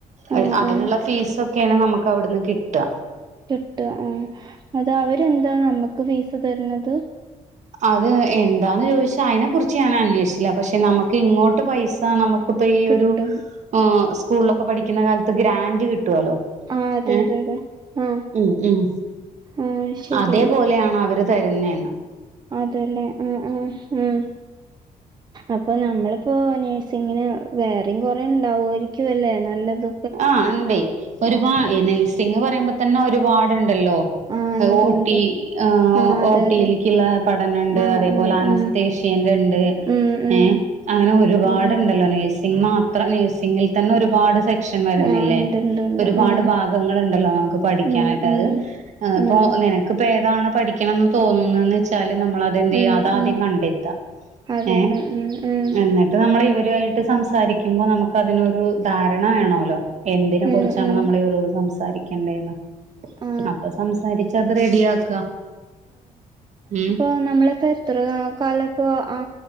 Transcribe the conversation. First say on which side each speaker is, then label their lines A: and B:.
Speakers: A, on the right; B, on the right.
A: അഹ്
B: ആഹ്
A: അതിനൊള്ള
B: ആഹ്
A: ഫീസൊക്കൊണ് നമ്മക്കവിടുന്ന് കിട്ടാ
B: കിട്ടാ ആഹ് അത് അവരെന്താ നമ്മക്ക് ഫീസ് തരുന്നത്
A: അത് എന്താന്ന് ചോയിച്ചാ അയിനെ കുറിച്ച് ഞാൻ അന്വേഷില്ല പക്ഷെ നമുക്കിങ്ങോട്ട് പൈസ നമക്ക് ഇപ്പൊ ഈയൊരു
B: കിട്ടും
A: ഏഹ് സ്കൂൾലൊക്കെ പഠിക്കുന്ന കാലത്ത് ഗ്രാന്റ് കിട്ടുവല്ലോ
B: ആഹ് അതെ
A: ഏഹ്
B: അതെ അതെ ആഹ്
A: ഉം ഉം
B: ആഹ് ശരി
A: അതേപോലെയാണ് അവര് തെര്ന്നേന്ന്
B: അതെല്ലേ ആഹ് ആഹ് ഉം അപ്പൊ നമ്മളിപ്പോ നേഴ്സിങ്ങിന് വേറെയും കൊറേണ്ടാവാരിക്ക്വല്ലേ നല്ലത്
A: ആഹ് ഇണ്ടേ ഒരുപാ ഈ നേസിംഗ് പറയുമ്പോ തന്നെ ഒരുപാട്ണ്ടല്ലോ
B: ആ ഉണ്ട്
A: ഏഹ് ഓട്ടി
B: ഉണ്ട്
A: ഏഹ്
B: ആ അതെ
A: ഓട്ടിയിലേക്കുള്ള
B: അതെ
A: പഠനണ്ട്
B: ആ
A: അതേപോലെ
B: ആ
A: അനസ്തേ
B: ആ
A: ഷ്യന്റെണ്ട്
B: ഉം ഉം
A: ഏഹ് അങ്ങനെ ഒരുപാട്ണ്ടല്ലോ
B: ഉം
A: നേഴ്സ് സിംഗ് മാത്രം നേഴ്‌സിങ്ങിൽ തന്നെ ഒരുപാട് സെ ക്ഷൻ വരുന്നില്ലേ
B: ആ ഉണ്ട് ഉണ്ട് ഉണ്ട്
A: ഒരുപാട്
B: ഉം
A: ഭാഗങ്ങള്ണ്ടല്ലോ നമുക്ക് പഠിക്കാനായിട്ട്
B: ഉം ഉം
A: അത് ഏഹ് ഇപ്പൊ
B: ഉം
A: നിനക്കിപ്പോ ഏതാണ് പഠിക്കണംന്ന് തോന്നുന്നെന്ന്ച്ചാ ച്ചാല് നമ്മളതെന്തെയ്യാ
B: ഉം
A: അതാദ്യം
B: ഉം
A: കണ്ടെത്ത്വാ
B: അതെല്ലേ
A: ഏഹ്
B: ഉം ഉം
A: എന്നി ട്ട് നമ്മളിവര്വാട്ട് സംസാരിക്കുമ്പോ നമ്മക്കതിനൊരു ധാരണ വേണല്ലോ എന്തിനെ
B: ഉം
A: കുറിച്ചാണ്
B: ഉം
A: നമ്മളിവരോട് സംസാരിക്കണ്ടേന്ന്
B: ആ
A: അപ്പൊ സംസാരിച്ചത് റെഡിയാക്ക്വാ ഉം
B: പ്പൊ നമ്മളിപ്പോ എത്ര കാ കാലപ്പോ ആ